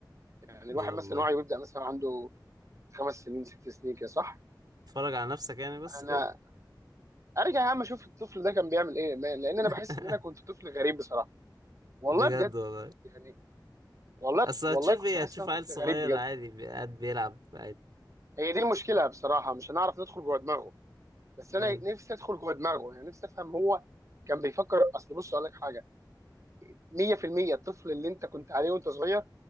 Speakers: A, on the right (about 40°); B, on the right (about 65°).
A: يعني
B: يلا
A: الواحد مثلا وعيه بيبدا مثلا عنده خمس سنين ست سنين كده صح
B: اتفرج على نفسك يعني بس
A: انا
B: كده
A: ارجع يا عم اشوف الطفل ده كان بيعمل ايه ما- لان انا
B: <laughs>
A: بحس ان انا كنت طفل غريب بصراحه والله
B: بجد
A: بجد
B: والله
A: يعني والله
B: اصل
A: والله
B: هتشوف
A: كنت
B: ايه
A: بحس
B: هتشوف
A: ان انا
B: عيل
A: طفل
B: صغير
A: غريب بجد
B: عادي بي- قاعد بيلعب عادي
A: هي دي المشكله بصراحه مش هنعرف ندخل جوه دماغه بس
B: امم
A: انا نفسي ادخل جوه دماغه يعني نفسي افهم هو كان بيفكر اصل بص اقول لك حاجه 100% الطفل اللي انت كنت عليه وانت صغير